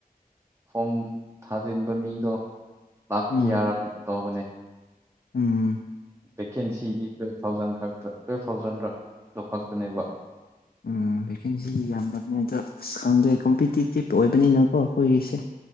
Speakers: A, on the right; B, on the left.
A: ꯐꯣꯝ ꯊꯥꯖꯤꯟꯕ ꯃꯤꯗꯣ ꯂꯥꯛ
B: ꯎꯝ
A: ꯀꯌꯥꯔꯥ ꯀꯩꯅꯣ ꯇꯧꯕꯅꯦ
B: ꯎꯝ
A: ꯚꯦꯀꯦꯟꯁꯤꯒꯤ ꯇꯨꯌꯦꯜꯞ ꯊꯥꯎꯖꯟ ꯈꯛꯇ ꯇꯨꯌꯦꯜꯞ ꯊꯥꯎꯖꯟꯔ ꯑꯗꯨ ꯈꯛꯇꯅꯦꯕ
B: ꯎꯝ ꯚꯦꯀꯦꯟꯁꯤꯗꯤ ꯌꯥꯝꯗꯕꯅꯦ ꯑꯗꯣ ꯑꯁ ꯈꯪꯗꯦ
A: ꯎꯝ
B: ꯀꯝꯄꯤꯇꯤꯇꯤꯞ ꯑꯣꯏꯕꯅꯤꯅꯀꯣ ꯑꯈꯣꯏꯒꯤꯁꯦ